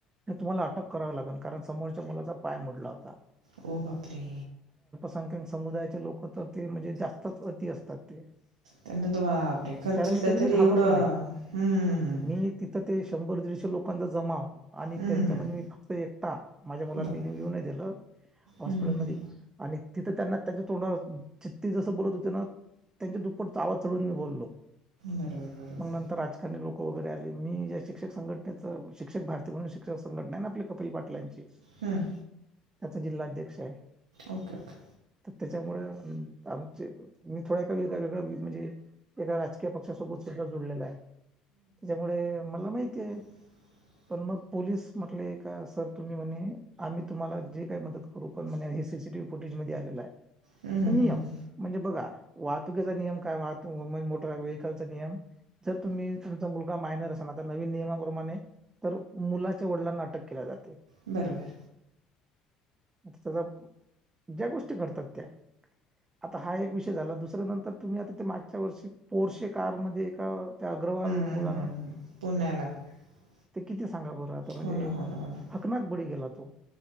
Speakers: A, on the right; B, on the right.
A: हे तुम्हाला अटक कराव लागेल कारण समोरच्या मुलाचा पाय मोडला होता.
B: हो बापरे!
A: लसंख्याक समुदायाचे लोक तर ते म्हणजे जास्तच अति असतात ते.
B: त्यांना तर बापरे! खर्चटलं
A: कारण मी
B: तरी
A: मी घाबरलो
B: एवढं
A: नाही
B: हम्मम.
A: मी तिथं ते शंभर दीडशे लोकांचा जमाव आणि
B: हं,
A: त्यांच्यामध्ये
B: हं, हं.
A: मी फक्त एकटा. माझ्या मुलाला
B: बापरे!
A: मी येऊन नाही दिलं हॉस्पिटलमध्ये
B: हं, हं,
A: आणि तिथं त्यांना त्यांच्या तोंडावर चितती जसं बोलत होते ना त्यांच्या दुप्पट आवाज चढून मी बोललो.
B: बरोबर बरोबर.
A: मग नंतर राजकारणी लोक वगैरे आले मी या शिक्षक संघटनेच शिक्षक भारती म्हणून शिक्षक संघटना आहे ना आपल्या कपिल पाटलांची.
B: हं.
A: त्याचा जिल्हाध्यक्ष आहे.
B: Okay okay.
A: तर त्याच्यामुळे आमचे मी थोडा ए वेग वेगळ म्हणजे एका राजकीय पक्षासोबत. सुद्धा जुडलेला आहे. त्याच्यामुळे मला माहिती आहे.
B: रिकामा ऑडिओ
A: पण मग पोलीस म्हटले का सर तुम्ही म्हणे आम्ही तुम्हाला जे काय मदत करू पण म्हणे हे.... सी ती व्ही ही फुटेज मध्ये आलेला आहे
B: हं, हं, हं,
A: नियम
B: हं,
A: म्हणजे बघा. वाहतुकीचा नियम काय वाहते मोट व्हेकलचा नियम जर तुम्ही तुमचा मु मायनर आता नवीन नियप्रमाणे तर मुलाच्या वडिलांना अटक केल्या जात.
B: बरोबर.
A: त्याचा ज्या गोष्टी करतात त्या. आता हा एक विषय झाला दुसऱ्या नंतर तुम्ही आता ते मागच्या वर्षी पोरशे कार मध्ये एका... त्या अग्रवाल
B: हम्
A: मुलांना
B: ह पुण्याला.
A: ते किती सांगा बरं आता म्हणजे
B: हो ना, हो ना, हो ना.
A: हकनाक बळी गेला तो.